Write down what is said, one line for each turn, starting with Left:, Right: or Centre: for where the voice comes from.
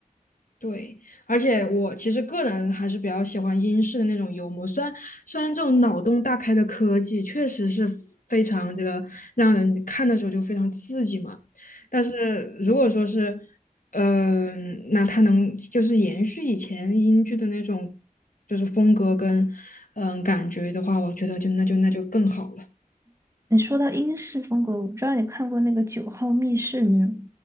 Left: 对，而且我其实个人还是比较喜欢英式的那种幽默，虽然虽然这种脑洞大开的科技确实是非常这个让人看的时候就非常刺激嘛，但是如果说是，嗯、那它能就是延续以前英剧的那种就是风格跟嗯、呃感觉的话，我觉得就那就那就更好了。
Right: 你说到英式风格，我不知道你看过那个《九号密室》没有？